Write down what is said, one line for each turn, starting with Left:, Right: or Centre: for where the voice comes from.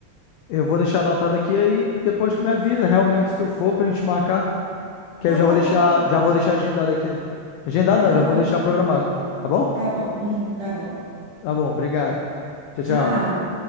Left: eu vou deixar anotado aqui, aí depois tu me avisa realmente se tu for pra gente marcar, que
Right: Tá
Left: aí eu já
Right: bom,
Left: vou deixar,
Right: pode deixar.
Left: já vou deixar agendado aqui. Agendado
Right: Tá bom,
Left: não, já vou
Right: pode
Left: deixar
Right: deixar.
Left: programado, tá bom?
Right: Tá bom, <laughs> tá bom.
Left: Tá bom, obrigado. Tchau,
Right: Tchau.
Left: tchau.